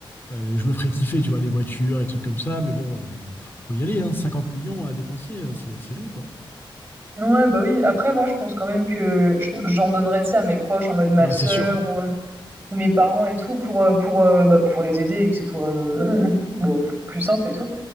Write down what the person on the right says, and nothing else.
Ouais, bah oui, après moi je pense quand même que j'en donnerais ça à mes proches, en mode ma
sœur
ou, euh, ou mes parents et tout, pour, euh, pour, euh, bah, pour les aider et que ce soit euh, bon, plus simple et tout.